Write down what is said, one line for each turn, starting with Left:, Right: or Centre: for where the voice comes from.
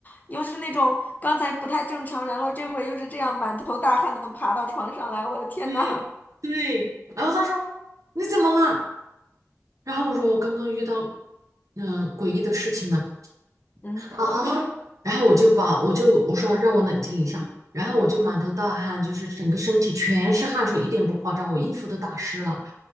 Left: 你又是那种刚才不太正常，然后这回又是这样满头大汗的爬到床上来，我的天呐！
Right: 对对，然后他说你怎么啦？然后我说我刚刚遇到嗯、呃诡异的事情了。
Left: 嗯
Right: 啊，然后我就把我就我说让我冷静一下，然后我就满头大汗，就是整个身体全是汗水，一点不夸张，我衣服都打湿了。